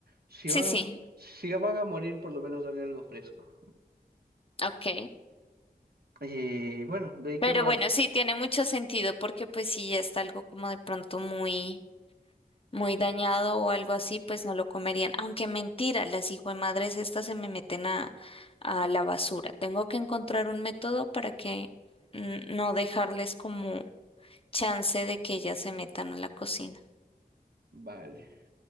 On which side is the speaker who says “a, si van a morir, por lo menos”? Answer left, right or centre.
Right